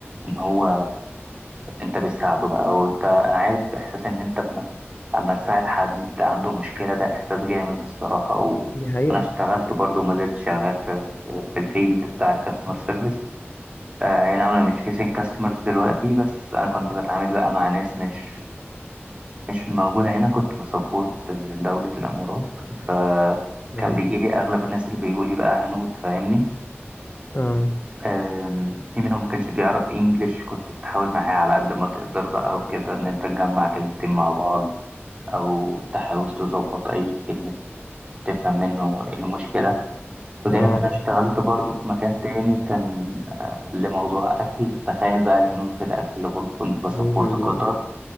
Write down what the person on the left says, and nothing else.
دي حقيقة
معايا
اه
اه
هو
<laughs> مم.